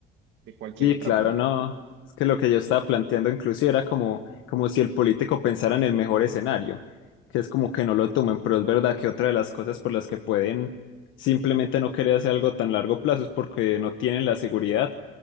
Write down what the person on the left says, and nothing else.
Sí,
claro,
no. Es que lo que yo estaba planteando inclusive era como, como si el político pensara en el mejor escenario, que es como que no lo tomen, pero es verdad que otra de las cosas por las que pueden simplemente no querer hacer algo tan largo plazo es porque no tienen la seguridad